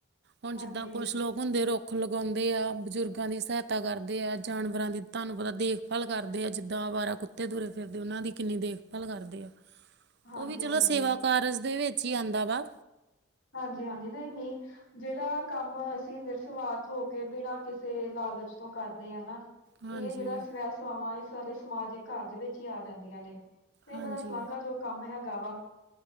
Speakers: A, on the right; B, on the left.
A: ਹੁਣ
B: ਹਾਂਜੀ
A: ਜਿੱਦਾਂ ਕੁਛ ਲੋਕ ਹੁੰਦੇ ਰੁ ਰੁੱਖ ਲਗਾਉਂਦੇ ਆ, ਬਜ਼ੁਰਗਾਂ ਦੀ ਸਹਾਇਤਾ ਕਰਦੇ ਆ ਜਾਨਵਰਾਂ ਦੀ ਤੁਹਾਨੂੰ ਪਤਾ ਦੇਖਭਾਲ ਕਰਦੇ ਆ, ਜਿੱਦਾਂ ਅਵਾਰਾ ਕੁੱਤੇ ਤੁਰੇ ਫਿਰਦੇ ਉਹਨਾਂ ਦੀ ਕਿੰਨੀ ਦੇਖਭਾਲ ਕਰਦੇ ਆ
B: <unintelligible>
A: ਉਹ ਵੀ ਚਲੋ
B: ਹਾਂਜੀ
A: ਸੇਵਾ ਕਾਰਜ ਦੇ ਵਿੱਚ ਹੀ ਆਂਉਦਾ ਵਾ।
B: ਹਾਂਜੀ- ਹਾਂਜੀ, ਨਹੀਂ- ਨਹੀਂ। ਜਿਹੜਾ ਕੰਮ ਅਸੀਂ ਨਿਰਸਵਾਰਥ ਹੋ ਕੇ ਬਿਨਾਂ ਕਿਸੇ ਲਾਲਚ ਤੋਂ ਕਰਦੇ ਹ ਨਾ
A: ਹਾਂਜੀ
B: ਇਹ ਜਿਹੜਾ ਸਵੈ ਸਵਾਵਾਂ ਇਹ ਸਾਰੇ ਸਮਾਜਿਕ ਕਾਰਜ ਵਿੱਚ ਹੀ ਆ ਜਾਂਦੀਆਂ ਨੇ। ਤੇ
A: ਹਾਂਜੀ
B: ਬੜਾ ਸਲਾਂਘਾ ਯੋਗ ਕੰਮ ਹੈਗਾ ਵਾ